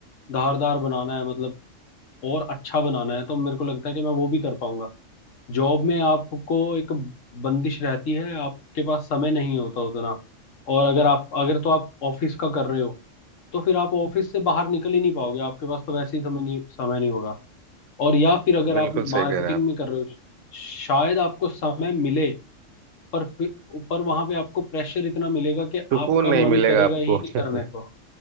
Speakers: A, on the left; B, on the right.
A: धारदार बनाना है मतलब और अच्छा बनाना है तो मेरे को लगता है कि मैं वो भी कर पाऊंगा जॉब में आपको एक बंदिश रहती है आपके पास समय नहीं होता उतना और अगर आप अगर तो आप ऑफिस का कर रहे हो तो फिर आप ऑफिस से बाहर निकल ही नहीं पाओगे आपके पास तो वैसे ही समय नहीं समय नहीं होगा और या फिर अगर
B: बिल्कुल
A: आप
B: सही
A: मार्केटिंग
B: कह रहे हैं आप
A: में कर रहे हो शायद आपको समय मिले पर फिर पर वहां पे आपको प्रेशर इतना मिलेगा कि
B: सुकून
A: आपका
B: नहीं
A: मन
B: मिलेगा
A: करेगा
B: आपको
A: ही नहीं
B: <laughs>
A: करने को